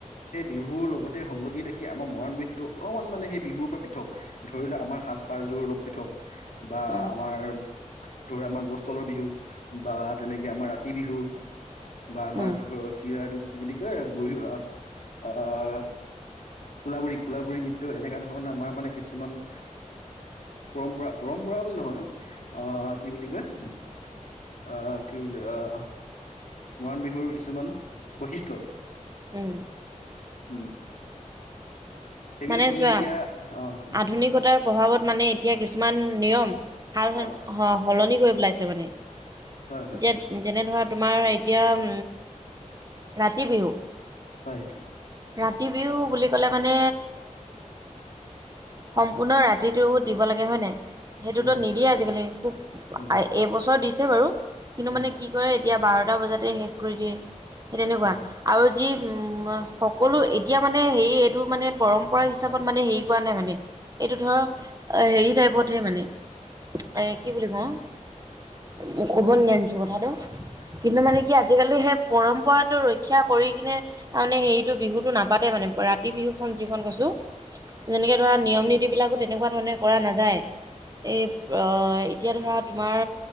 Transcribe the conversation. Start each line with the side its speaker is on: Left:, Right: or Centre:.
Left: সেই বিহুৰ লগতে সংগতি ৰাখি আমাৰ মৰাণ বিহুতটো অলপমান মানে সেই বিহুৰ পৰা পৃথক। ধৰি লোৱা আমাৰ সাজ পাৰযোৰ অলপ পৃথক বা
Right: উম,
Left: আমাৰ ধৰ আমাৰ গছ তলৰ বিহু বা তেনেকে আমাৰ ৰাতি বিহু বা আমাৰ
Right: উম,
Left: ধৰক কি এইটো কি বুলি কয়, বুঢ়ী অ আহ কোলাবুৰী কোলাবুৰী নৃত্য এনেকুৱা ধৰণৰ আমাৰ মানে কিছুমান পৰম্পৰা পৰম্পৰা বুলি নহয় আহ কি বুলি কয় অ', কি বুলিল অ'। মৰাণ বিহুৰ কিছুমান বৈশিষ্ট্য
Right: উম,
Left: উ, সেইবিলাক
Right: মানে
Left: তুমি
Right: চোৱা
Left: এতিয়া অ'।
Right: আধুনিকতাৰ প্ৰভাৱত মানে এতিয়া কিছুমান নিয়ম সাল স
Left: অ
Right: স সলনি কৰি পেলাইছে মানে
Left: হয় হয়
Right: এতিয়া যেনে ধৰা তোমাৰ এতিয়া উম ৰাতি বিহু
Left: হয়।
Right: ৰাতি বিহু বুলি ক'লে মানে সম্পূৰ্ণ ৰাতিটো দিব লাগে হয় নাই সেইটোতো
Left: উম
Right: নিদিয়ে আজিকালি খুব
Left: উম
Right: এবছৰ দিছে বাৰু কিন্তু
Left: উম
Right: মানে কি কি কৰে এতিয়া বাৰটা বজাতে শেষ কৰি দিয়ে সেই তেনেকুৱা
Left: অ
Right: আৰু যি সকলো এতিয়া মানে হেৰি এইটো মানে পৰম্পৰা হিচাপত মানে হেৰি কৰা নাই মানে এইটো ধৰ
Left: উম
Right: হেৰি টাইপতহে মানে
Left: উম
Right: এ কি বুলি কওঁ মোক কব নি আনিছো কথাটো কিন্তু মানে কি আজিকালি সেই পৰম্পৰাটো ৰক্ষা কৰি কিনে তাৰমানে হেৰিটো বিহুটো নাপাতে মানে ৰাতি বিহুখন যিখন কৈছোঁ যেনেকে ধৰা নিয়ম নীতিবলাকো তেনেকুৱা ধৰণে কৰা নাযায় এই এতিয়া ধৰা তোমাৰ